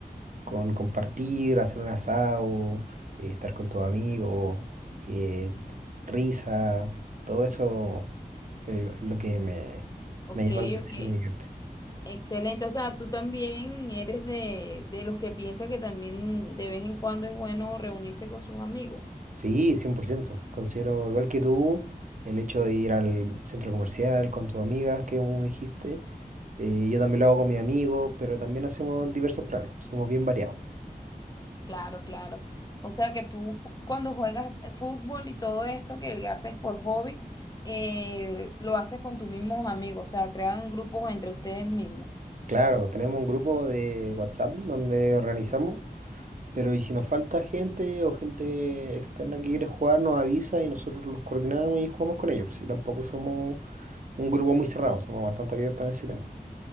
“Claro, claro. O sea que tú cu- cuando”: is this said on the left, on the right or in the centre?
Left